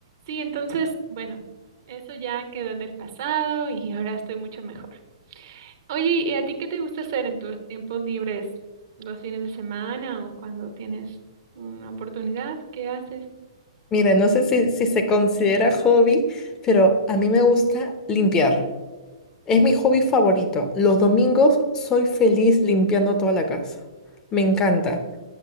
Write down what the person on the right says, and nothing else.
Sí, entonces, bueno, eso ya quedó en el pasado y ahora estoy mucho mejor. Oye, ¿y a ti qué te gusta hacer en tus tiempos libres? ¿Los fines de semana o cuando tienes una oportunidad? ¿Qué haces?